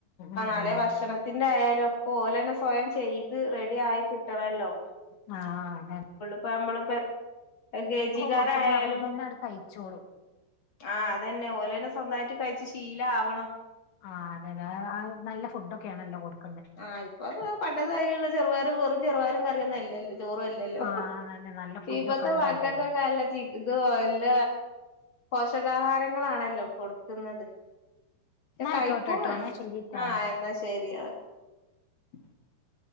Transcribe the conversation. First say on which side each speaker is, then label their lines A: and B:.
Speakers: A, on the left; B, on the left.
A: ഉം
B: പിന്നേ
A: ഉം
B: ഭക്ഷണത്തിന്റെ ആയാല ഓലെ തന്നെ സ്വയം ചെയ്ത് റെഡി ആയി കിട്ടണല്ലോ
A: ആഹ അത
B: ഇപ്പ നമ്മള ഗേജിക്കാരായാലും
A: കൊടുക്കുമ്പോ അവര് തന്നെ അങ്ങട് കഴിച്ചോളും
B: ആ അതന്നെ ഓ സ്വന്തമായിട്ട് കഴിച്ചു ശീലം ആവണം
A: ആ അതെല്ലെ നല്ല ഫുഡ്ക്കെയണല്ല കൊടുക്ക
B: ആഹ് ഇപ്പ അത് പണ്ടത കാര്യള്ള ചെറുപയറും വെറും ചെറുപയറും കറിയന്നല്ലല്ലോ ചോറുംല്ലല്ലോ
A: ആഹ് നല്ല നല്ല ഫുഡൊക്കെ
B: ഇപ്പത്തെ
A: ഉണ്ടല്ലോ
B: മ ക്കൊക്കൊക്കെല്ല
A: ഏ.
B: ചത എല്ല പോഷകാഹാരങ്ങളാണല്ലോ കൊടുക്കുന്നത് പക്ഷെ
A: നയിക്കോട്ടെട്ടോങ്ങാ
B: കഴിക്കും വേണം
A: ശെരിട്ടാ
B: ആഹ് എന്നാ ശരി ഓ <unintelligible>